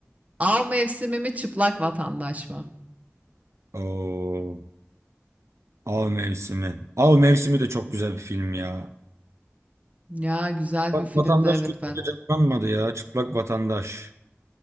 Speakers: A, on the right; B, on the right.
A: Av mevsimi mi çıplak vatandaş mı?
B: Oo, Av Mevsimi. Av Mevsimi de çok güzel bir film ya.
A: Ya güzel
B: Bak
A: bir filmdi
B: vatandaş
A: evet
B: gözüyle
A: ben de.
B: canlanmadı ya. Çıplak vatandaş.